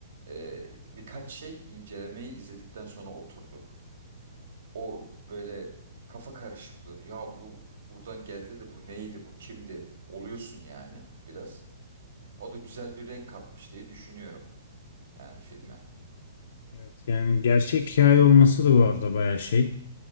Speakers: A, on the right (about 60°); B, on the left (about 50°).
A: Ee, birkaç şey incelemeyi izledikten sonra oturdu. O böyle kafa karışıklığını ya bu buradan geldi de bu neydi bu kimdi oluyorsun yani biraz. O da güzel bir renk katmış diye düşünüyorum yani filme.
B: Evet, yani gerçek hikaye olması da bu arada bayağı şey.